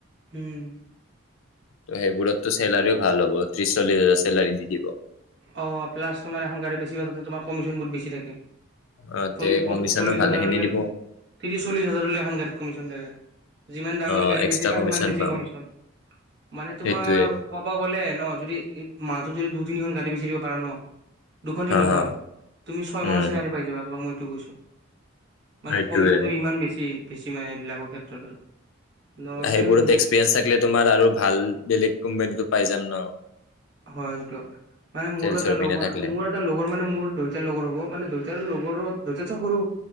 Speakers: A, on the right (about 55°); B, on the left (about 75°).
A: হম।
B: ত' সেইবোৰততো চেলাৰিও ভাল হ'ব, ত্ৰিশ চল্লিছ হাজাৰ চেলাৰি দি দিব।
A: অ', প্লাছ তোমাৰ এখন গাৰী বেছিবা, তাতে তোমাৰ কমিশন বহুত বেছি থাকে। চল্লিশ-চল্লিশ
B: অ তে কমিশনো ভালেখিনি
A: হাজাৰলে,
B: দিব
A: ত্ৰিশ-চল্লিশ হাজাৰলৈ এখন গাড়ীত কমিচন থাকে। যিমান দামী
B: অ
A: গাড়ী
B: এক্সট্ৰা
A: বেছিবা,
B: কমিশন
A: সিমান বেছি
B: পাম
A: কমিচন। মানে তোমাৰ
B: সেইটোয়ে
A: কব গ'লে ন, যদি মাহটোত যদি দুই তিনিখন গাড়ী বেচি দিব পাৰা ন' দুখন তিনিখন,
B: হা হা
A: তুমি ছয় মাহৰ
B: উম
A: চিলেৰী পাই যাবা, তোমাক মই <unintelligible> কৈছো। মানে
B: সেইটোয়ে
A: কমিচনটো ইমান বেছি। বেছি মানে এইবিলাকৰ ক্ষেত্ৰত আৰু। নৰ্মেল
B: সেইবোৰত
A: মোৰ
B: এক্সপিৰিয়েঞ্চ থাকিলে তোমাৰ আৰু ভাল বেলেগ কোম্পানীটো পাই যাম ন'।
A: হয় এইটো মানে মোৰো
B: চেলচৰ
A: এটা
B: পিনে
A: লগৰ
B: থাকিলে
A: মোৰ এটা লগৰ মানে মোৰ দওটাৰ লগৰ হ'ব মানে দওটাৰ লগৰো দেউতাত চে সৰু?